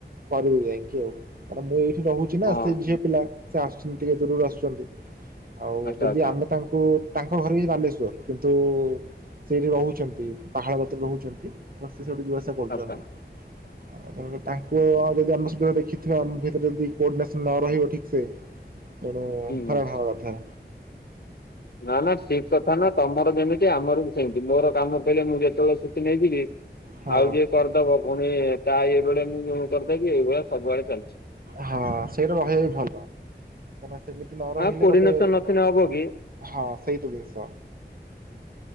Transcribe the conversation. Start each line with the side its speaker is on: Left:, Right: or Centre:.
Right: କରିବି ଯାଇକି ଆଉ। କାରଣ ମୁଁ ଏଇଠି ରହୁଛି ନା,
Left: ହଁ
Right: ସେ ଝିଅ ପିଲା ସେ ଆସୁଛନ୍ତି ଟିକେ ଦୂରରୁ ଆସୁଛନ୍ତି। ଆଉ
Left: ଆଚ୍ଛା
Right: ଯଦି
Left: ଆଚ୍ଛା
Right: ଆମେ ତାଙ୍କୁ, ତାଙ୍କ ଘର ଯାଇ ବାଲେଶ୍ଵର। କିନ୍ତୁ ସେଇଠି ରହୁଛନ୍ତି ପାହାଳ କତିରେ ରହୁଛନ୍ତି। ତ ସେ ସେଇଠୁ ଯିବା ଆସି କରୁଛନ୍ତି,
Left: ଆଚ୍ଛା
Right: ଆଉ ତେଣୁକରି ତାଙ୍କୁ ଯଦି ଆମ ସେତେବେଳେ ଦେଖି <unintelligible> ଆମ ଭିତରେ ଯଦି କୋଡିନେସନ ନ ରହିବ ଠିକ ସେ, ତେଣୁ
Left: ହୁଁ ହୁଁ।
Right: ହଇରାଣ ହବା କଥା।
Left: ନା- ନା ଠିକ କଥା ନା, ତମର ଯେମିତି ଆମର ବି ସେମିତି। ମୋର କାମ ପଇଲେ ମୁଁ ଯେତେବେଳେ ସେ ନେଇଯିବି,
Right: ହଁ
Left: ଆଉ ଯିଏ କରିଦବ ପୁଣି ତା ଇଏବେଳେ ମୁଁ କରିଦେବି, ଏଇଭଳିଆ ସବୁଆଡେ ଚାଲିଛି।
Right: ହଁ ସେଇଟା ରହିବା ବି ଭଲ, କାହିଁକିନା ସେମିତି ନ
Left: ହଁ
Right: ରହିଲେ
Left: କୋଡିନେସନ
Right: ଗୋଟେ
Left: ନଥିଲେ ହବ କି
Right: ହଁ ସେଇ ତ ଜିନିଷ